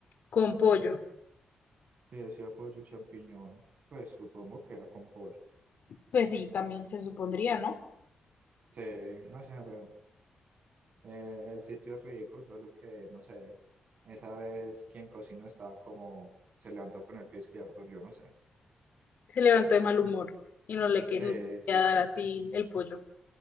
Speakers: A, on the left (about 60°); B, on the right (about 60°).
A: con pollo.
B: Sí, decía pollo champiñón, pues supongo que era con pollo.
A: Pues sí, también se supondría, ¿no?
B: Sí, no sé, pero Eh, el sitio es rico, solo que no sé, esa vez quien cocinó estaba como se levantó con el pie izquierdo, yo no sé.
A: Se levantó de mal humor y no le quería
B: Sí, sí.
A: dar a ti el pollo.